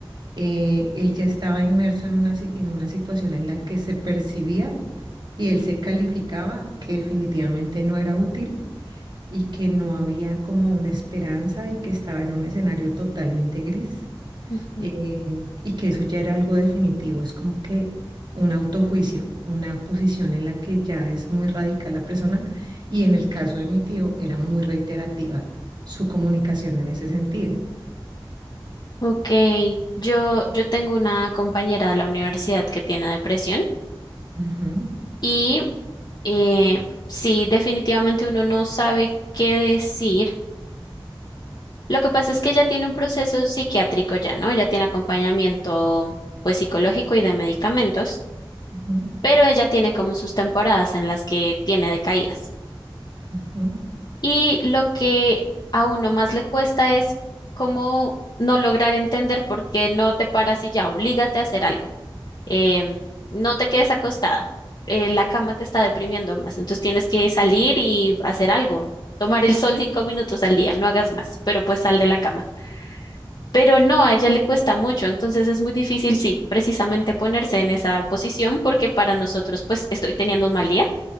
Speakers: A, on the right; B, on the left.
A: Eh, él ya estaba inmerso en una, si- en una situación en la que se percibía y él se calificaba que definitivamente no era útil y que no había como una esperanza y que estaba en un escenario totalmente gris.
B: ujú.
A: eh, y que eso ya era algo definitivo, es como que un autojuicio, una posición en la que ya es muy radical la persona y en el caso de mi tío era muy reiterativa su comunicación en ese sentido.
B: Ok, yo, yo tengo una compañera de la universidad que tiene depresión
A: Ujú,
B: y eh, sí, definitivamente uno no sabe qué decir Lo que pasa es que ella tiene un proceso psiquiátrico ya, ¿no? Ella tiene acompañamiento, pues, psicológico y de medicamentos,
A: ujú,
B: pero ella tiene como sus temporadas en las que tiene decaídas.
A: ujú.
B: Y lo que a uno más le cuesta es cómo no lograr entender por qué no te paras y ya, oblígate a hacer algo. Em, no te quedes acostada. eh, la cama te está deprimiendo más, entonces tienes que salir y hacer algo. Tomar el sol cinco minutos al día, no hagas más, pero pues sal de la cama. Pero no, a ella le cuesta mucho, entonces es muy difícil, sí, precisamente ponerse en esa posición porque para nosotros, pues estoy teniendo un mal día,